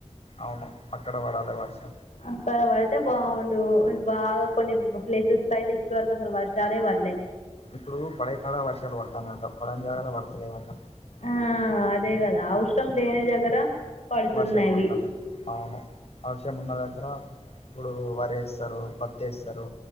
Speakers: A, on the left; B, on the left.
A: అవును అక్కడ పడాలే వర్షం
B: అక్కడ పడితే బాగుండు బాగా కొన్ని ప్లేసెస్ అయితే ఇప్పటి వరకు అసలు వర్ష ఈసారి పల్లె
A: ఇప్పుడు పడేకాడ వర్షాలు పడతానయట పడనిజాగల పడతలేవట
B: ఆ అదే కదా అవసరంలేని దగ్గర పడుతున్నవి
A: వర్షాలు పడుతన్నాయి అవును ఆ వర్షం ఉన్న దగ్గర ఇప్పుడు వరి వేస్తారు పత్తిఏస్తారు